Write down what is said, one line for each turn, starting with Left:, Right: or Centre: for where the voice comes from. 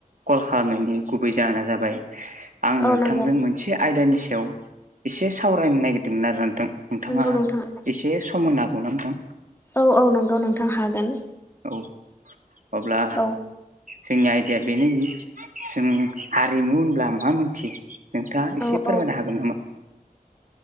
Right: कल खालामनायनि गुबै जाहोना जाबाय आं नोंथांजों
Left: औ नंगौ
Right: मोनसे आयदानि सायाव एसे सावरायनो नागिरदोंमोन आरो नोंथां नोंथाङा
Left: नंगौ नोंथां
Right: एसे सम होनो हागोन नामा नोंथां।
Left: औ औ नंगौ नोंथां हागोन।
Right: औ अब्ला
Left: औ
Right: जोंनि आयदाया बेनोदि जों हारिमु होनब्ला मा मोनथियो नोंथाङा एसे
Left: औ
Right: फोरमायनो
Left: औ
Right: हागोन नामा?